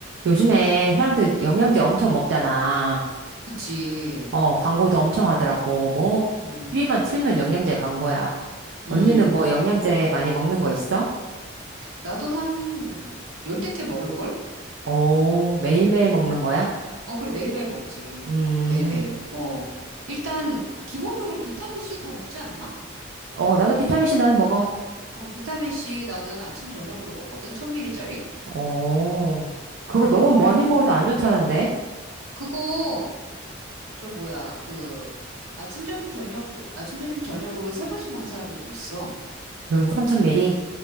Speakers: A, on the right; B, on the right.
A: 요즘에 사람들 영양제 엄청 먹잖아.
B: 그치.
A: 어, 광고도 엄청 하더라고. 뭐,
B: 음,
A: TV만 틀면 영양제 광고야.
B: 음.
A: 언니는 뭐 영양제 많이 먹는 거 있어?
B: 나도 한 열댓 개 먹을걸?
A: 오, 매일매일 먹는 거야?
B: 어, 그래. 매일매일 먹지.
A: 음,
B: 매일매일. 어. 일단, 기본적으로 비타민C 다 먹지 않나?
A: 어, 나도 비타민C 난 먹어.
B: 어, 비타민C 나는 아침, 저녁으로 먹거든. 1000ml짜리?
A: 오, 그거
B: 어.
A: 너무 많이 먹어도 안 좋다는데?
B: 그거, 저 뭐야, 그, 아침, 점심, 저녁, 아침, 점심, 저녁으로 세 번씩 먹는 사람들도 있어.
A: 그럼 3000ml?